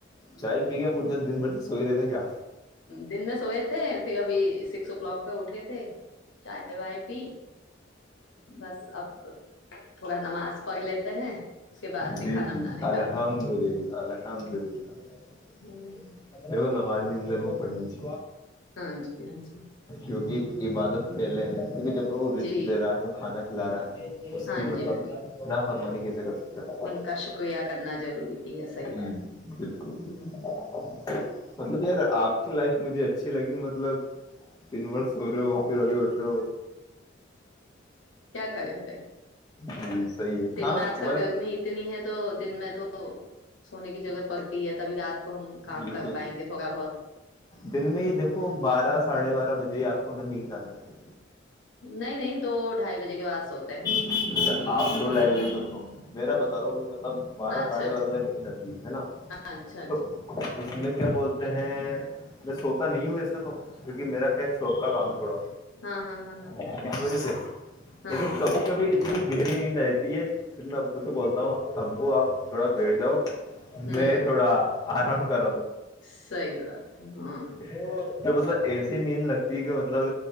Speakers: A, on the left; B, on the left.
A: چائے پ گا بٹے دن بھرد ویرے ج کیا
B: دن میں سوئے تھے پھر ابھی سکسو کلک پہ اٹھے تھے چائے وائے پی بس اب تھوڑا نماز پڑھ لیتے ہیں اس کے بعد پھر
A: جی
B: کھانا
A: جی
B: بنانے
A: الحمد
B: کا وہ
A: للہ
B: کریں۔
A: الحمد للہ
B: ہم،
A: نمج زرا پڑنیچ
B: ہاں جی ہاں جی
A: کیہ عبادت پہلے ہے ج تو
B: جی
A: رسک د رہا ہے تو کھان کھلا رہا ہے ے
B: ہاں
A: کہ مطلب
B: جی ہاں جی
A: فر مانی کےسے زدہ م
B: ان کا شکریہ کرنا ضروری ہے صحیح
A: جی جی بالکل
B: بات
A: بکل مطلب یار آ کی لائف مجھے اچ اچھی لگی مطلب تین برس ہو رہے ہو پھر ابھی اٹلو
B: کیا کرے پھر
A: جی صحیح ہے
B: دن
A: ہاںر
B: میں آج کل گرمی اتنی ہے تو دن میں تو سونے کی جگہ پڑتی ہے تبھی رات کو ہم کام
A: بالکل
B: کر پائیں گے تھوڑا بہت
A: دن میں ہی دیکھو بارہ ساڑھے بارہ بجے جی آپ کو نا نیند آنے لگے
B: نہیں نہیں دو ڈھائی بجے کے بعد سوتے ہیں
A: اچھ آپ ڈائی بجے سوچ میرا بتا رہا ہوں مطلب بارہ
B: اچھا
A: ساڑھے
B: اچھا
A: بارہ بجے نکل جاتی ہے ہے نا
B: اچھا اچھا
A: تو اس میں <unintelligible> کیا بولتے ہیں میں سوتا نہیں ہوں ایے تو کیونکہ میرا کیا شوق کا کام ہے تھوڑا
B: ہاں ہاں ہاں ہاں
A: اس وجہ سے
B: ہاں
A: لیکن کبھی کبھی اتنی گہری نہیں رہتی ہے میں ابو سے بولتا ہوں ابو آپ تھوڑا بیٹ جاؤ
B: ہوں
A: میں تھوڑا آرام کر
B: صحیح بات ہے ہاں
A: <inaudible> م آدمی متل <unintelligible> ایسی نیند لگتی کہ مطلب